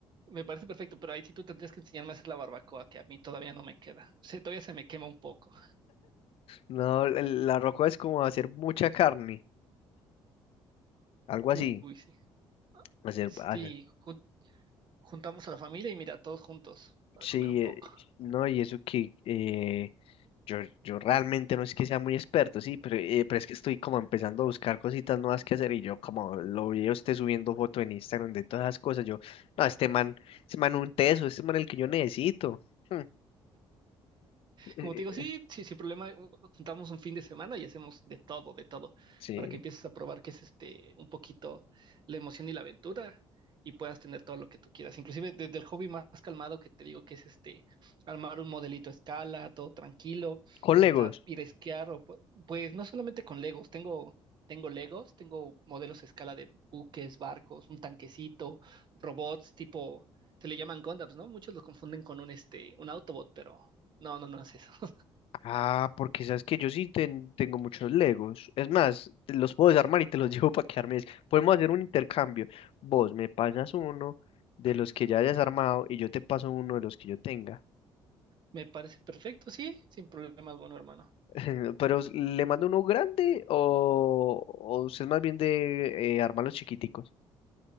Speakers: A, on the right; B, on the left.
A: me parece perfecto, pero ahí sí tú tendrías que enseñarme a hacer la barbacoa, que a mí todavía no me queda. Se- todavía se me quema un poco.
B: No, el- la roca es como hacer mucha carne, algo así.
A: Uy, sí.
B: Hacer,
A: Sí,
B: hacer-
A: jun- juntamos a la familia y mira, todos juntos para
B: sí,
A: comer un poco.
B: eh, no, y eso que eh, Yo, yo realmente no es que sea muy experto, sí, pero, eh, pero es que estoy como empezando a buscar cositas nuevas que hacer y yo como lo vi a usted subiendo foto en Instagram de todas las cosas, yo, no, este man, este man un teso, este man el que yo necesito. Hmm, eh,
A: Como te digo, sí,
B: eh,
A: sí, sin problema, u- juntamos un fin de semana y hacemos de todo, de todo,
B: Sí.
A: para que empieces a probar que es este un poquito la emoción y la aventura y puedas tener todo lo que tú quieras. Inclusive desde el hobby más calmado que te digo que es este armar un modelito a escala, todo tranquilo,
B: Con
A: hasta
B: Legos.
A: ir a esquiar o pu- pues no solamente con Legos, tengo tengo Legos, tengo modelos a escala de buques, barcos, un tanquecito, robots tipo se le llaman Gundams, ¿no? Muchos los confunden con un este un Autobot, pero no, no, no es eso. <laughs>
B: Ah, porque sabes que yo sí ten- tengo muchos Legos. Es más, te los puedo desarmar y te los <laughs> llevo para quedarme. Podemos hacer un intercambio. Vos me pasas uno de los que ya hayas armado y yo te paso uno de los que yo tenga.
A: Me parece perfecto, sí, sin problema alguno, hermano.
B: <laughs> Pero ¿le mando uno grande o, o usted es más bien de eh, armar los chiquiticos?